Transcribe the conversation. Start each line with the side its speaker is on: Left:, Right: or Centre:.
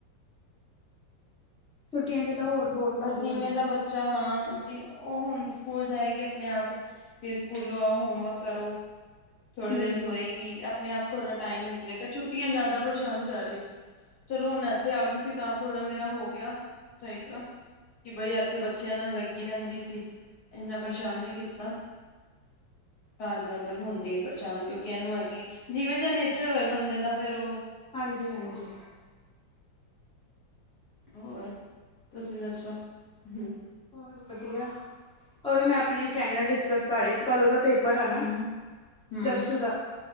Centre: ਛੁੱਟੀਆਂ ਚ ਤਾਂ ਹੋਰ ਬੋਰ ਹੁੰਦੀਆਂ
Left: ਅ ਜਿਵੇਂ
Centre: ਨੇ
Left: ਦਾ ਬੱਚ ਅਛਾ ਹਾਂ ਜੀ, ਉਹ ਹੁਣ ਸਕੂਲ ਜਾਏਗੀ ਆਪਣੇ ਆਪ ਫੇਰ ਸਕੂਲੋਂ ਆਓ ਹੋਮਵਰਕ ਕਰੋ। ਥੋੜ੍ਹੀ
Centre: ਹੂੰ
Left: ਦੇਰ ਸੋਏਗੀ, ਆਪਣੇ-ਆਪ ਥੋੜ੍ਹਾ ਟਾਈਮ ਨਿਕਲੇਗਾ। ਛੁੱਟੀਆਂ ਜ਼ਿਆਦਾ ਪਰੇਸ਼ਾਨ ਕਰ ਰਹੀ ਸੀ। ਚਲੋ ਹੁਣ ਇੱਥੇ ਆ ਗਈ ਸੀ, ਤਾਂ ਥੋੜਾ ਮੇਰਾ ਹੋ ਗਿਆ ਸਹੀ ਤਰ੍ਹਾਂ ਕਿ ਬਈ ਇਥੇ ਬੱਚਿਆਂ ਨਾਲ ਲੱਗੀ ਰਹਿੰਦੀ ਸੀ। ਇੰਨਾ ਪਰੇਸ਼ਾਨ ਨੀ ਕੀਤਾ। ਘਰ ਜ਼ਿਆਦਾ ਹੁੰਦੀ ਅ। ਪਰੇਸ਼ਾਨ ਕਿਉਂਕਿ ਇਹਨੂੰ ਹੈਗੀ, ਜਿਵੇਂ ਜ ਨੇਚਰ ਹੋਏ ਬੰਦੇ ਦਾ ਫੇਿਰ ਉਹ
Centre: ਹਾਂਜੀ-ਹਾਂਜੀ।
Left: ਹੋਰ ਤੁਸੀਂ ਦੱਸੋ? ਹੁਂ।
Centre: ਹੋਤ ਵਧੀਆ? ਉਹ ਵੀ ਮੈਂ ਆਪਣੀ ਫਰੈਂਡ ਨਾਲ ਡਿਸਕਸ ਕਰ ਰਹੀ ਸੀ ਕੱਲ ਉਹਦਾ ਪੇਪਰ ਹੈ ਨਾ,
Left: ਹੂੰ ਹੂੰ
Centre: ਪਲੱਸ-ਟੂ ਦਾ